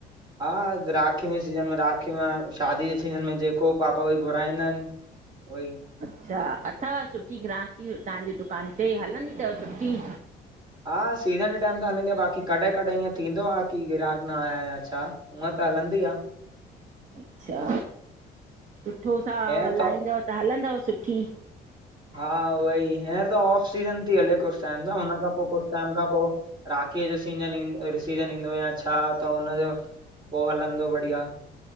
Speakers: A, on the right; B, on the right.
A: हा, राखी जे सीजन में राखियूं, ऐं शादीअ जे सीजन में जेको पापा घुराइंदा आहिनि, उहोई।
B: अच्छा! अथव, सुठी ग्राहकी तांजे दुकान ते? हलंदी तव सुठी?
A: हा, सीज़न जे टाइम त हलंदी आ, बाकि कॾहिं- कॾहिं ईअं थींदो आ की ग्राहक न आया या छा। हूअं त हलंदी आ।
B: अच्छा, सुठो सां
A: हींअर
B: हलाईंदव
A: त
B: त हलंदव सुठी।
A: हा उहई हींअर त ऑफ सीज़न ती हले कुछ टाइम सां हुन खां, पो कुझु टाइम खां पो राखीअ जो सीजन ईंदो, और सीजन ईंदो या छा, त हुनजो पोइ हलंदो बढ़िया।